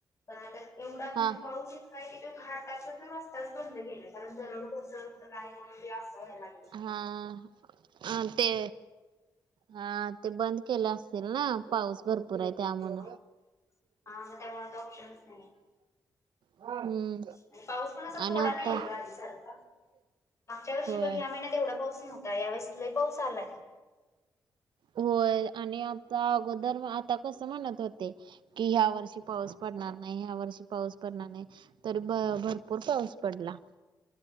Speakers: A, on the left (about 40°); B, on the right (about 80°).
A: पण आता एवढाच
B: हा
A: म्हणजे पाऊसच काय की त घहा तासच तर रस्ताच बंद केेलं. कारण जर नाही म्हणूनी असं व्हायला लागले.
B: हा अ ते हा ते बंद केले असतील ना पाऊस भरपूर आहे त्यामुळ
A: मग हा मग त्यामुळे आता ऑप्शनच नाही
B: हम्म
A: आणि पाऊस पण असा
B: अन
A: थोडा
B: आता
A: नाहीये ग मागच्या वर्षी
B: होय
A: बघ या महिन्यात एवढा पाऊस नव्हता या वेळेस लय पाऊस आलाय.
B: होय आणि आता अगोदर आता कस म्हणत होते की ह्या वर्षी पाऊस पडणार नाही. ह्या वर्षी पाऊस पडणार नाही तरी ब भरपूर पाऊस पडला.